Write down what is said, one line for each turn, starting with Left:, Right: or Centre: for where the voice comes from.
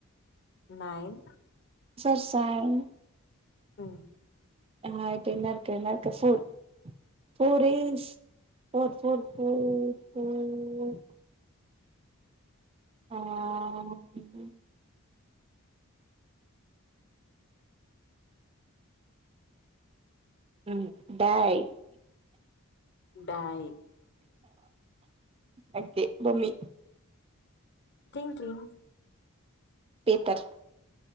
Left: நைன்
Right: சர்ஸாயன்
Left: ம்
Right: ஆ இப்ப என்ன இருக்கு என்ன இருக்கு four four is four four four four ஆ ம் ம் டாய்
Left: டாய்
Right: அ கே பொம்மி
Left: ட்ரிங் ட்ரிங்
Right: பேப்பர்